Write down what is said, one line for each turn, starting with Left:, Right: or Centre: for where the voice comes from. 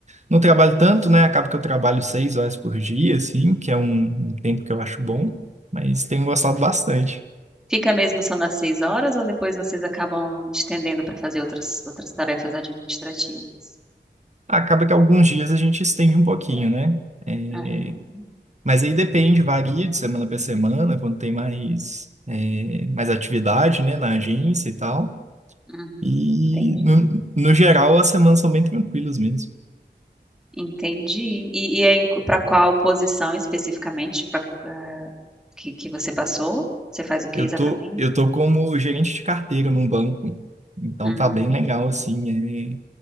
Right: não trabalho tanto, né? Acaba que eu trabalho seis horas por dia, assim, que é um, um tempo que eu acho bom,
Centre: uhum.
Right: mas tenho gostado bastante.
Centre: Fica mesmo só nas seis horas ou depois vocês acabam estendendo para fazer outras, outras tarefas administrativas?
Right: Acaba que alguns dias a gente estende um pouquinho, né? É,
Centre: Aham,
Right: mas aí depende, varia de semana para semana, quando tem mais, é, mais atividade, né, na agência e tal.
Centre: uhum,
Right: E
Centre: entendi.
Right: no, no geral as semanas são bem tranquilas mesmo.
Centre: Entendi. E, e é para qual posição especificamente pra, ah, que, que você passou? Você faz o que
Right: Eu
Centre: exatamente?
Right: tô, eu tô como gerente de carteira num banco, então
Centre: Uhum.
Right: tá bem legal, assim, é...